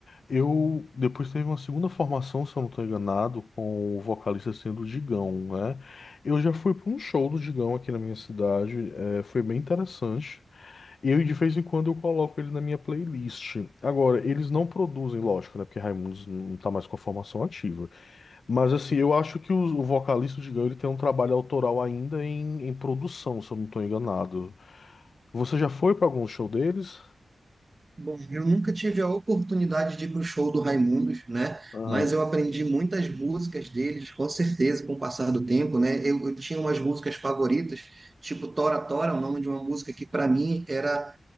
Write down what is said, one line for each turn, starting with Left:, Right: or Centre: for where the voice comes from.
Left: Eu depois teve uma segunda formação, se eu não estou enganado, com o vocalista sendo o Digão, né? Eu já fui para um show do Digão aqui na minha cidade, é, foi bem interessante. Eu, de vez em quando, eu coloco ele na minha playlist. Agora, eles não produzem, lógico, né? Porque Raimundos não tá mais com a formação ativa. Mas, assim, eu acho que o, o vocalista, do Digão, ele tem um trabalho autoral ainda em, em produção, se eu não estou enganado. Você já foi para algum show deles?
Right: Bom, eu nunca tive a oportunidade de ir para o show do Raimundos, né?
Left: Aham,
Right: Mas eu aprendi muitas músicas deles, com certeza, com o passar do tempo, né? Eu, eu tinha umas músicas favoritas, tipo Tora Tora, o nome de uma música que para mim era